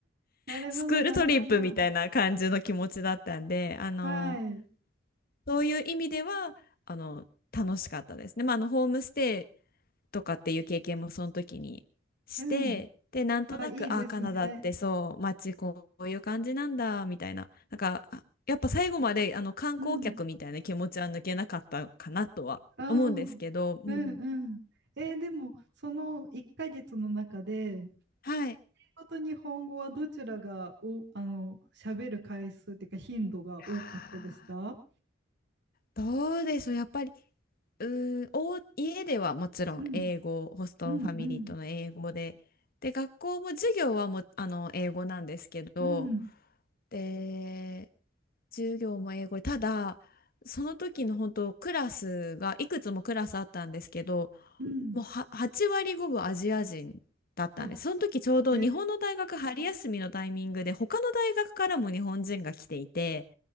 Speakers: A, on the right; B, on the left.
A: なるほど、
B: スクールトリップみたいな感じの気持ちだったんで、
A: なるほど。
B: あの、
A: はい、
B: そういう意味では、あの、楽しかったですね。まあ、あの、ホームステイとかっていう経験もその時にして、
A: うん。
B: で、なんとなく、
A: あ、いいですね。
B: あ、カナダってそう、街こういう感じなんだ、みたいな。なんか、あやっぱ最後まで、あの、観光客みたいな気持ちは抜けなかったかなとは思うんですけど、
A: うん。ああ。うんうん。
B: うん、
A: えーでも、その1ヶ月の中で、英
B: はい。
A: 語と日本語はどちらがお、あの、喋る回数っていうか頻度が多かったですか
B: あーどうでしょう、やっぱり、うーん、お、家ではもちろん英語、
A: うん、
B: ホストファミリーとの英語で、
A: うん、うん、
B: で、学校も授業はもあの、英語なんですけど、
A: うん、
B: で、授業も英語で、ただ、その時の本当、クラスが、いくつもクラスあったんですけど、
A: うん。
B: もうは8割ごぶアジア人だったんです。
A: あ、
B: その時ちょうど日本の大学春休みのタイミングで、
A: え、
B: 他の大学からも日本人が来ていて、